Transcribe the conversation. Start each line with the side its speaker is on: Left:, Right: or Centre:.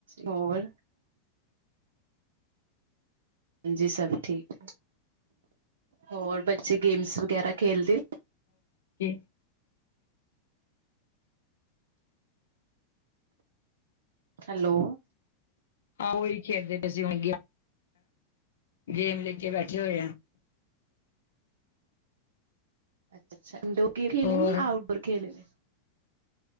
Right: ਹੋਰ। ਹਾਂਜੀ ਸਭ ਠੀਕ, ਹੋਰ ਬੱਚੇ ਗੇਮਸ ਵਗੈਰਾ ਖੇਲਦੇ
Left: ਕਿ
Right: ਹੈਲੋ।
Left: ਹਾਂ ਉਹੀ ਖੇਡਦੇ ਪਏ ਸੀ ਹੁਣ ਗੇਮ ਲੈਕੇ ਬੈਠੇ ਹੋਏ ਆ।
Right: ਅੱਛਾ-ਅੱਛਾ, ਇੰਡੋਰ ਗੇਮ ਖੇਲੇ
Left: ਹੋਰ
Right: ਨੇ ਆਊਟਡੋਰ ਖੇਲੇ ਨੇ।